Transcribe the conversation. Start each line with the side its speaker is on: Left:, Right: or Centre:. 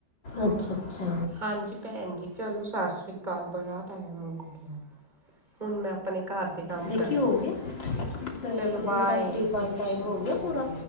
Left: ਅੱਛਾ- ਅੱਛਾ।
Right: ਹਾਂਜੀ ਭੈਣ ਜੀ ਚਲੋ ਸਤਿ ਸ਼੍ਰੀ ਅਕਾਲ ਬੜਾ ਟਾਈਮ ਹੋ ਗਿਆ। ਹੁਣ ਮੈਂ ਆਪਣੇ ਘਰ ਦੇ ਕੰਮ
Left: ਦੇਖੀ
Right: ਕਰਾਂ
Left: ਹੋ ਗਿਆ ਟਇਮ ਨਹੀਂ
Right: ਚਲੋ ਬਾਏ
Left: ਸਤ ਤ੍ਰੀ ਅਕਾਲ, ਟਾਈਮ ਹੋ ਗਿਆ ਪੂਰਾ?